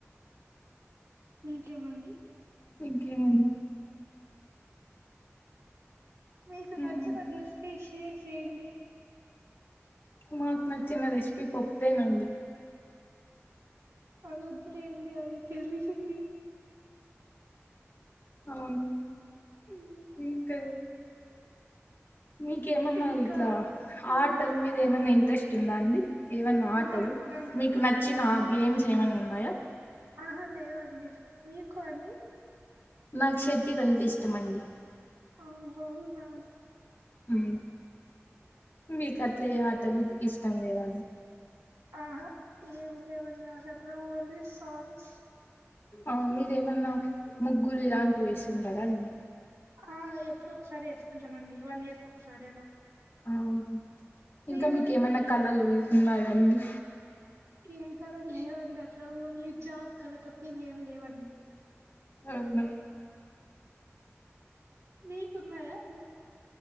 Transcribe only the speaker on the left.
ఇంకే మండ్
ఉమ్
మాకు నచ్చిన రెషిపీ పప్పే నండి
అవును
ఇంకా మీకేమన్నా
ఇట్లా
ఆటల మీద ఏమన్నా ఇంట్రెస్ట్ టుందా అండీ ఏవన్నా
ఆటలు
మీకు
నచ్చిన
గేమ్స్ ఏమన్న ఉన్నాయా
నాక్ షెటిల్ అంటే ఇష్టమండి
మ్మ్. మీకు అట్లే ఏ ఆటలు ఇష్టం లేద
ఆ మీరేమన్నా ముగ్గులు ఇలాంటివి వేసింటదండి
అవునా
ఇంకా మీకు
ఏమైనా కళలు నాగండి
అవున